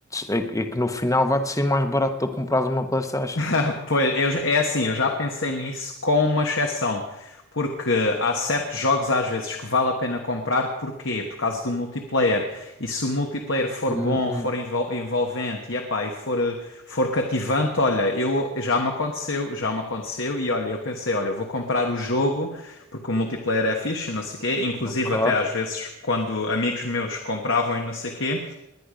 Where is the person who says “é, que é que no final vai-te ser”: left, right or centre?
Left